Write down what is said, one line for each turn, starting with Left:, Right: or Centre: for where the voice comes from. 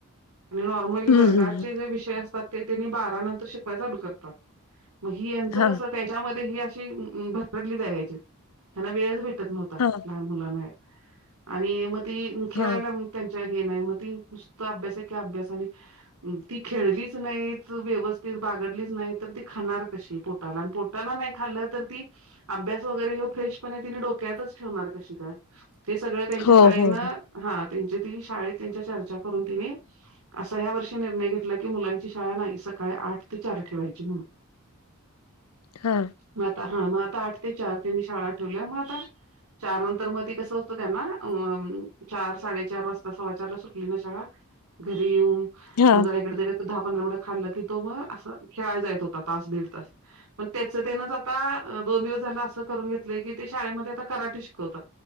Right: आणि नॉर्मली
Left: हम्म
Right: वर्गाचे
Left: हम्म
Right: जे विषय असतात, ते त्यांनी बारा नंतर शिकवायला चालू करतात. मग ही यांचं
Left: हा
Right: कसं त्यांची अशी भरकटली जायची, त्यांना वेळच भेटत नव्हता,
Left: हा
Right: लहान मुलांना आणि मग ती खेळायला
Left: हा
Right: त्यांचं हे नाही, मग ती नुसता अभ्यास, एके अभ्यास आणि ती खेळलीच नाहीत, व्यवस्थित बागडलीच नाही, तर ती खाणार कशी? पोटाला नाही खाल्लं तर ती अभ्यास वगैरे मग फ्रेशपणे तिने डोक्यातच ठेवणार कशी काय? ते सगळं त्यांच्या
Left: हो
Right: शाळेनं
Left: हो हो
Right: हा, त्यांची ती शाळेत त्यांच्याशी चर्चा करून तिने असं ह्या वर्षी निर्णय घेतला की मुलांना नाही, सकाळी आठ ते चार ठेवायची
Left: हा
Right: मग आता हा, मग आता आठ ते चार ते मी शाळा ठेवल्या, मग आता चार नंतर मग ते कसं असतं, त्यांना अं चार, साडेचार वाजता, सव्वा चारला सुट् ना, शाळा सुटून घरी येऊन
Left: हा
Right: मग जरा इकडे दहा-पंधरा मिनिटं खाल्लं की तो मग असं खेळायला जात होता, तास-दीड तास मग त्याचं त्यानंच आता दोन दिवस झालं असं करून घेतलंय की ते शाळेमध्ये आता कराटे शिकवतात